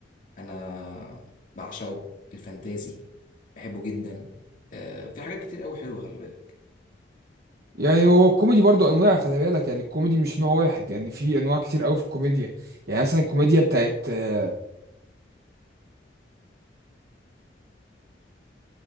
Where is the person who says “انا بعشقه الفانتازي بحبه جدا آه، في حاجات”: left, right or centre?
Left